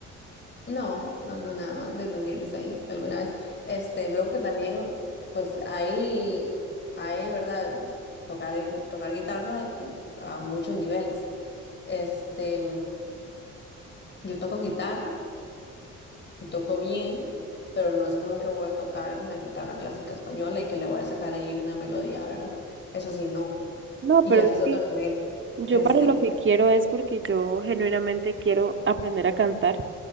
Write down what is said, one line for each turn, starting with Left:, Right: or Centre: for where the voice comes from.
Left: no, no, no, nada más de reunirnos ahí alguna vez. Este, luego que también, pues ahí, ahí, ¿verdad? Tocar, tocar guitarra a muchos niveles. Este, yo toco guitarra. y toco bien, pero no es como que voy a tocar una guitarra clásica española y que le voy a sacar ahí una melodía, ¿verdad? Eso sí, no.
Right: No,
Left: Y
Right: pero
Left: ya ese
Right: es
Left: es otro
Right: que
Left: nivel.
Right: Yo
Left: Este,
Right: para lo que quiero es porque yo genuinamente quiero aprender a cantar.